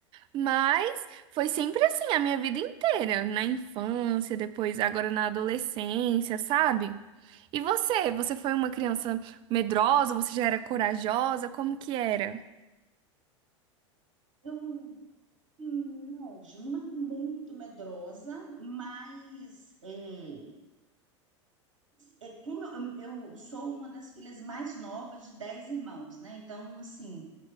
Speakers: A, on the right; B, on the right.
A: Mas foi sempre assim a minha vida inteira, na infância, depois agora na adolescência, sabe? E você? Você foi uma criança medrosa? Você já era corajosa? Como que era?
B: eu, hum, não, Ju, não é muito medrosa, mas... é, É como eu, eu sou uma das filhas mais novas de 10 irmãos, né? Então, assim,